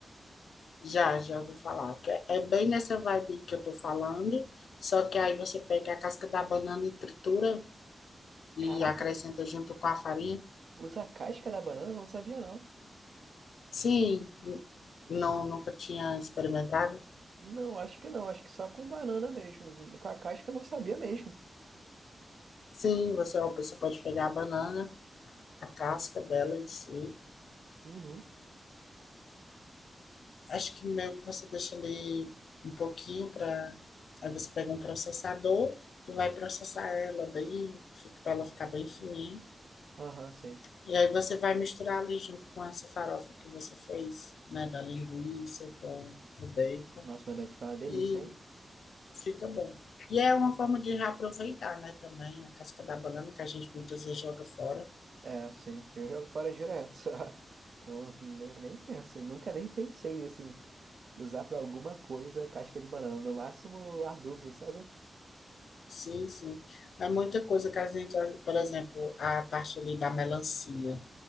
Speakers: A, on the left; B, on the right.
A: Já, já vou falar. Que é é bem nessa vibe que eu tô falando, só que aí você pega a casca da banana e tritura e
B: Caraca,
A: acrescenta junto com a farinha.
B: usa a casca da banana? Eu Não sabia, não.
A: Sim, n- não, nunca tinha experimentado.
B: Não, acho que não. Acho que só com banana mesmo. Com a casca eu não sabia mesmo.
A: Sim, você, você pode pegar a banana, a casca dela em si.
B: Uhum.
A: Acho que meio que você deixa ali um pouquinho para. Aí você pega um processador e vai processar ela bem, para ela ficar bem fininha.
B: Aham, sim.
A: E aí você vai misturar ali junto com essa farofa que você fez, né, da linguiça com o bacon
B: Nossa, mas deve ficar uma delícia,
A: e
B: hein?
A: fica bom. E é uma forma de reaproveitar, né, também a casca da banana que a gente muitas vezes joga fora.
B: É, sim. Eu jogo fora direto. <laughs> Não, nem, nem penso, nunca nem pensei nisso, em usar pra alguma coisa casca de banana. No máximo adubo, sabe?
A: Sim, sim. É muita coisa que a gente, por exemplo, a parte ali da melancia.